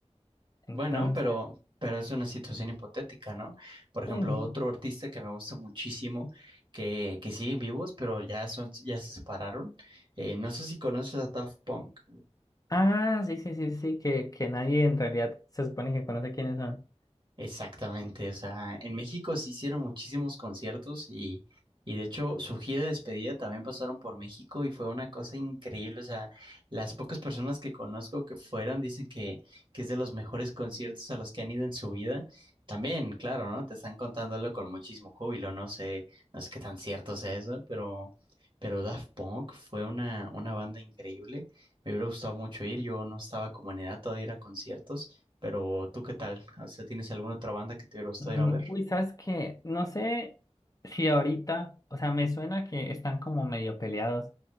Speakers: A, on the left (about 30°); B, on the right (about 45°).
A: Entonces,
B: Bueno, pero, pero es una situación hipotética, ¿no? Por ejemplo,
A: sí, sí.
B: otro artista que me gusta muchísimo, que, que siguen vivos, pero ya son, ya se separaron. Eh, no sé si conoces a Daft Punk.
A: Ah, sí, sí, sí, sí, que, que nadie en realidad se supone que conoce quiénes son.
B: Exactamente, o sea, en México se hicieron muchísimos conciertos y, y de hecho su gira de despedida también pasaron por México y fue una cosa increíble, o sea, las pocas personas que conozco que fueron dicen que, que es de los mejores conciertos a los que han ido en su vida. También, claro, ¿no? Te están contándolo con muchísimo júbilo, no sé, no sé qué tan cierto sea eso, pero, pero Daft Punk fue una, una banda increíble, me hubiera gustado mucho ir, yo no estaba como en edad todavía de ir a conciertos. Pero tú, ¿qué tal? O sea, ¿tienes alguna otra banda que te hubiera gustado
A: Ujú.
B: ir a ver?
A: Uy, sabes que no sé si ahorita, o sea, me suena que están como medio peleados,